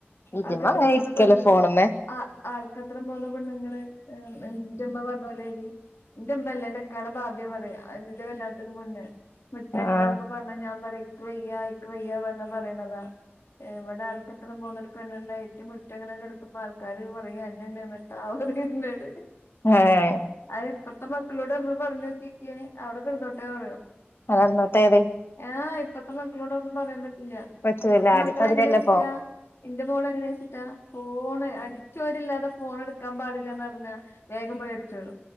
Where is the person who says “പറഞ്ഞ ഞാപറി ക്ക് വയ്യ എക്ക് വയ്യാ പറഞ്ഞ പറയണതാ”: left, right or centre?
Left